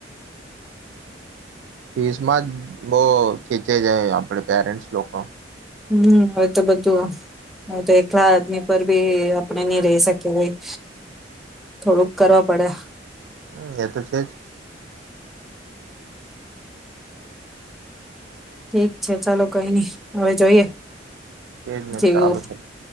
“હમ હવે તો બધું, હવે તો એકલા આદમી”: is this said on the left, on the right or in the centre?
Centre